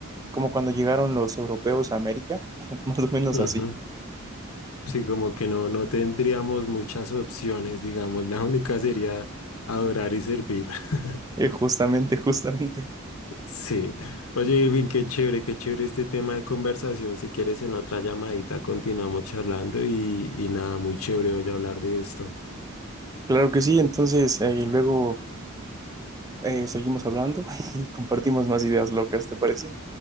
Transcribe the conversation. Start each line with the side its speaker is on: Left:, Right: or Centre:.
Right: como cuando llegaron los europeos a América, <laughs> más o menos
Left: Ujú.
Right: así.
Left: Sí, como que no, no tendríamos muchas opciones, digamos, la única sería adorar y servir. <laughs>
Right: Eh, justamente, justamente.
Left: Sí. Oye, Irving, qué chévere, qué chévere este tema de conversación. Si quieres, en otra llamadita continuamos charlando y, y nada, muy chévere hoy hablar de esto.
Right: Claro que sí, entonces eh, luego eh, seguimos hablando <laughs> y compartimos más ideas locas, ¿te parece?